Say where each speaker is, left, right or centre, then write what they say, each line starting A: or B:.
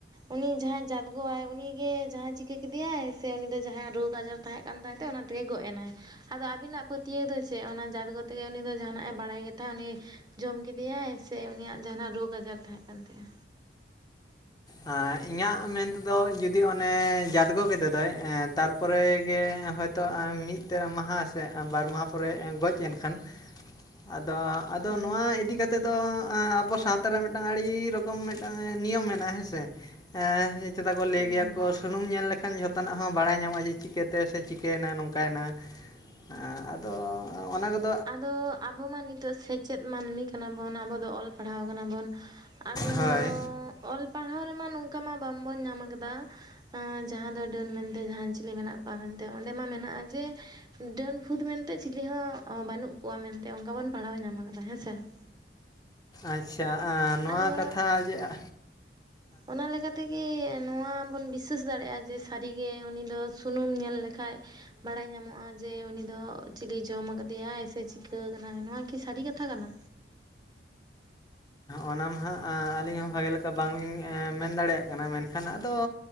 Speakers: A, on the right; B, on the left.
A: ᱩᱱᱤ ᱡᱟᱦᱟᱸᱟᱭ ᱡᱟᱫᱜᱳᱟᱭ ᱩᱱᱤᱜᱮ ᱡᱟᱦᱟᱸ ᱪᱤᱠᱟᱹ ᱠᱮᱫᱮᱭᱟᱭ ᱥᱮ ᱩᱱᱤ ᱫᱚ ᱡᱟᱦᱟ ᱨᱳᱜᱽ ᱟᱡᱟᱨ ᱛᱟᱦᱮᱸ ᱠᱟᱱ ᱛᱟᱭ ᱛᱮ ᱚᱱᱟ ᱛᱮᱜᱮ ᱜᱚᱜ ᱮᱱᱟᱭ? ᱟᱫᱚ ᱟᱵᱤᱱᱟᱜ ᱯᱟᱹᱛᱭᱟᱹᱣ ᱫᱚ ᱪᱮᱫ? ᱚᱱᱟ ᱡᱟᱛ ᱠᱚᱛᱮᱜ ᱜᱮ ᱩᱱᱤ ᱫᱚ ᱡᱟᱦᱟᱱᱟᱜᱼ ᱮ ᱵᱟᱲᱟᱭ ᱜᱮ ᱛᱟᱦᱮᱸᱫ ᱩᱱᱤ? ᱡᱚᱢ ᱠᱮᱫᱮᱭᱟᱭ ᱥᱮ ᱩᱱᱤᱭᱟᱜ ᱡᱟᱦᱟᱸᱱᱟᱜ ᱨᱳᱜᱽ ᱟᱡᱟᱨ ᱛᱟᱦᱮᱸ ᱠᱟᱱ ᱛᱟᱭᱟ?
B: ᱦᱮᱸ ᱤᱧᱟᱹᱜ ᱢᱮᱱ ᱛᱮᱫᱚ ᱡᱩᱫᱤ ᱚᱱᱮ ᱡᱟᱫᱽᱜᱚ ᱠᱮᱫᱮ ᱫᱚᱭ ᱮᱸ ᱛᱟᱨᱼᱼ ᱯᱚᱨᱮᱜᱮ ᱦᱭᱛᱳ ᱢᱤᱫᱴᱟᱹᱝ ᱢᱟᱦᱟ ᱥᱮ ᱵᱟᱨ ᱢᱟᱦᱟ ᱯᱚᱨᱮ ᱜᱚᱡ ᱮᱱᱠᱷᱟᱱᱼᱼ ᱟᱫᱚ। ᱟᱫᱚ
A: ᱦᱩᱸ
B: ᱱᱚᱣᱟ ᱤᱫᱤ ᱠᱟᱛᱮᱫ ᱫᱚ ᱟᱸ ᱟᱵᱚ ᱥᱟᱶᱛᱟᱨᱮ ᱢᱤᱫᱴᱟᱝ ᱟᱹᱰᱤ ᱨᱚᱠᱚᱢ ᱢᱤᱫᱴᱟᱝ ᱮᱸ ᱱᱤᱭᱚᱢ ᱢᱮᱱᱟᱜᱼᱟ ᱦᱮᱸ ᱥᱮ। ᱦᱮᱸ ᱪᱮᱫᱟᱜ ᱠᱚ ᱞᱟᱹᱭ
A: ᱦᱩᱸ
B: ᱜᱮᱭᱟ
A: ᱦᱩᱸ
B: ᱠᱚ। ᱥᱩᱱᱩᱢ ᱧᱮᱞ ᱞᱮᱠᱷᱟᱱ ᱡᱷᱚᱛᱚᱱᱟᱜ ᱦᱚᱸ ᱵᱟᱲᱟᱭ ᱧᱟᱢᱚᱜᱼᱟ ᱡᱮ ᱪᱤᱠᱟᱹᱛᱮ, ᱥᱮ ᱪᱤᱠᱟᱹᱭᱮᱱᱟ ᱱᱚᱝᱠᱟᱭᱮᱱᱟ। ᱮ ᱟᱫᱚ, ᱚᱱᱟ ᱠᱚᱫᱼᱼ
A: ᱟᱫᱚ ᱟᱵᱚ ᱢᱟ ᱱᱤᱛᱚᱜ ᱥᱮᱪᱮᱫ ᱢᱟᱹᱱᱢᱤ ᱠᱟᱱᱟ ᱵᱚᱱ, ᱟᱵᱚ ᱫᱚ ᱚᱞ ᱯᱟᱲᱦᱟᱣ ᱠᱟᱱᱟ ᱵᱚᱱ। ᱟᱫᱚ
B: ᱦᱳᱭ
A: ᱚᱞ ᱯᱟᱲᱦᱟᱣ ᱨᱮᱢᱟ ᱱᱚᱝᱠᱟ ᱢᱟ ᱵᱟᱵᱚ ᱧᱟᱢ ᱠᱟᱫᱟ। ᱮᱸ ᱡᱟᱦᱟᱸ ᱫᱚ ᱰᱟᱹᱱ ᱢᱮᱱᱛᱮ ᱡᱟᱦᱟᱸ ᱪᱤᱞᱤ ᱢᱮᱱᱟᱜ ᱠᱚᱣᱟ ᱢᱮᱱᱛᱮ ᱾ ᱚᱸᱰᱮ ᱢᱟ ᱢᱮᱱᱟᱜᱼᱟ ᱡᱮᱼᱼ ᱰᱟᱹᱱ ᱯᱷᱩᱛ ᱢᱮᱱᱛᱮ ᱪᱤᱞᱤ ᱦᱚᱸᱼᱼ ᱵᱟᱹᱱᱩᱜ ᱠᱚᱣᱟ ᱢᱮᱱᱛᱮ ᱚᱱᱠᱟ ᱵᱚᱱ ᱯᱟᱲᱦᱟᱣ ᱧᱟᱢ ᱟᱠᱟᱫᱟ ᱦᱮᱸ ᱥᱮ ᱾
B: ᱟᱪᱪᱷᱟ ᱟᱸ ᱱᱚᱣᱟ
A: ᱟᱫᱚ
B: ᱠᱟᱛᱷᱟ ᱡᱮ ᱟᱼᱼ
A: ᱚᱱᱟ ᱞᱮᱠᱟ ᱛᱮᱜᱮ ᱱᱚᱣᱟ ᱵᱚᱱ ᱵᱤᱼᱼ ᱥᱥᱟᱥ ᱫᱟᱲᱮᱭᱟᱜᱼᱟ ᱡᱮ ᱥᱟᱹᱨᱤ ᱜᱮ ᱩᱱᱤ ᱫᱚ ᱥᱩᱱᱩᱢ ᱧᱮᱞ ᱞᱮᱠᱷᱟᱡᱼᱼ ᱵᱟᱲᱟᱭ ᱧᱟᱢᱚᱜᱼᱟ ᱡᱮ ᱩᱱᱤ ᱫᱚ, ᱪᱤᱞᱤ ᱡᱚᱢ ᱟᱠᱟᱫᱮᱼᱼ ᱫᱮᱭᱟᱭ ᱥᱮ ᱪᱤᱠᱟᱹᱣ ᱠᱟᱱᱟᱭ ᱱᱚᱣᱟ ᱠᱤ ᱥᱟᱹᱨᱤ ᱠᱟᱛᱷᱟ ᱠᱟᱱᱟ?
B: ᱚᱱᱟ ᱢᱟ ᱦᱟᱸᱜ ᱟ ᱟᱹᱞᱤᱧ ᱦᱚᱸ ᱵᱷᱟᱜᱮ ᱞᱮᱠᱟ ᱵᱟᱝᱞᱤᱧ ᱮ ᱢᱮᱱ ᱫᱟᱲᱮᱭᱟᱜ ᱠᱟᱱᱟ, ᱢᱮᱱᱠᱷᱟᱱ ᱟᱫᱚᱼᱼ